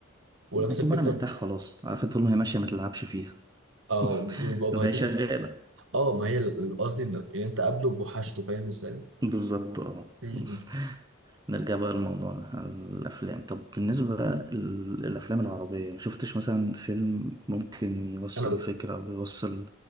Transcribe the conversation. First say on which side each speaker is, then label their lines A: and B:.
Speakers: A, on the right; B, on the right.
A: ونفس
B: طول
A: الفكرة
B: ما انا مرتاح خلاص عارف طول ما هي ماشيه ما تلعبش فيها
A: اه ويبقى
B: <laughs>
A: بهدي
B: لو هي شغاله
A: اه ما هي ال- ال- قصدي ان إن انت قابله بوحشته فاهم ازاي م-
B: بالظبط اه
A: م.
B: <laughs> نرجع بقى لموضوعنا على الأفلام طب بالنسبة لل- للأفلام العربية مشفتش مثلا فيلم ممكن يوصل
A: انا
B: فكرة أو يوصل